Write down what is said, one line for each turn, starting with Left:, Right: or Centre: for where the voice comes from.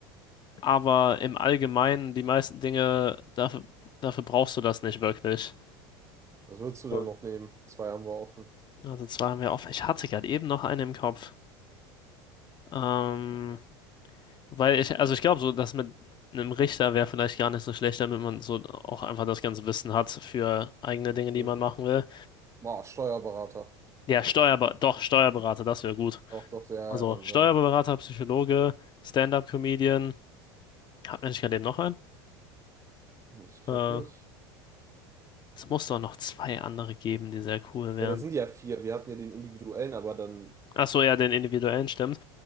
Left: aber im Allgemeinen die meisten Dinge, dafür, dafür brauchst du das nicht wirklich.
Right: Was würdest du denn
Left: So,
Right: noch nehmen? Zwei haben wir offen.
Left: Also zwei haben wir offen. Ich hatte gerade eben noch eine im Kopf. Ähm, weil ich, also ich glaube, so dass mit einem Richter wäre vielleicht gar nicht so schlecht, damit man so auch einfach das ganze Wissen hat für eigene Dinge, die
Right: Hm.
Left: man machen will.
Right: Boah, Steuerberater.
Left: Ja, Steuerber doch, Steuerberater, das wäre gut.
Right: Doch, doch, ja,
Left: Also
Right: ja, dann,
Left: Steuerberater,
Right: dann.
Left: Psychologe, Stand-up-Comedian. Hat man nicht gerade eben noch einen?
Right: Ich glaube
Left: Äh,
Right: nicht.
Left: es muss doch noch zwei andere geben, die sehr cool wären.
Right: Ja, das sind ja vier. Wir hatten ja den individuellen, aber dann,
Left: Achso, ja, den individuellen stimmt.